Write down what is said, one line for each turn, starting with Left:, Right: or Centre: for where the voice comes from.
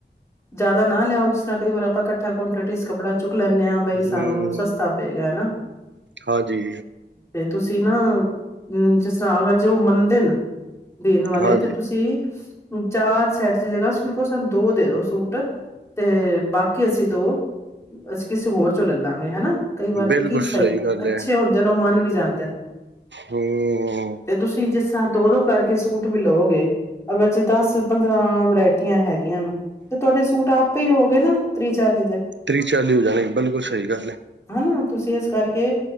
Left: ਜ਼ਿਆਦਾ ਨਾ ਲਿਆਓ ਜਿਸ ਤਰ੍ਹਾਂ ਕਈ ਵਾਰ ਆਪਾ ਇਕਠ <unintelligible> ਚ ਕੱਪੜਾ ਚੁੱਕ ਲੈਂਨੇ ਆਂ ਬਈ
Right: ਹਮ
Left: ਸਾਨੂੰ ਸਸਤਾ ਪਏਗਾ ਹਨਾ।
Right: ਹਾਂਜੀ
Left: ਤੇ ਤੁਸੀਂ ਨਾ ਅਮ ਜਿਸ ਅਗਰ ਜੇ ਉਹ ਮੰਨਦੇ ਨੇ ਦੇਣ ਵਾਲੇ,
Right: ਹਾਂਜੀ
Left: ਤੇ ਤੁਸੀਂ ਚਾਰ ਸੈਟ ਦੀ ਜਗ੍ਹਾ ਤੁਸੀ ਕਹੋ ਸਾਨੂ ਦੋ ਦੇ ਦੋ ਸੂਟ ਤੇ ਬਾਕੀ ਅਸੀਂ ਦੋ ਅਸੀਂ ਕਿਸੇ ਹੋਰ ਚੋਂ ਲਲਾਂਗੇ, ਹਨਾ? ਕਈ ਵਾਰ
Right: ਬਿਲਕੁਲ
Left: ਤੇ ਕਿ ਸਈ,
Right: ਸਹੀ ਗੱਲ
Left: ਅੱਛੇ
Right: ਹੈ
Left: ਹੁੰਦੇ ਨੇ, ਔ ਮਨ ਵੀ ਜਾਂਦੇ ਨੇ।
Right: ਹੁੰ।
Left: ਤੇ ਤੁਸੀਂ ਜਿਸ <unintelligible> ਦੋਂ-ਦੋ ਕਰਕੇ ਸੂਟ ਵੀ ਲੋਗੇ। ਅਗਰ ਜੇ ਦਸ ਪੰਦਰਾਂ ਵਰੈਟੀਆਂ ਹੈਗੀਆਂ ਤੇ ਤੁਆਡੇ ਸੂਟ ਆਪ ਈ ਹੋ ਗਏ ਨਾ, ਤ੍ਰੀਹ ਚਾਲੀ ਤੇ।
Right: ਤ੍ਰਰੀ ਚਾਲੀ ਹੋ ਜਾਣੇ, ਬਿਲਕੁਲ ਸਈ ਗੱਲ ਏ।
Left: ਹਨਾ, ਤੁਸੀਂ ਏਸ ਕਰਕੇ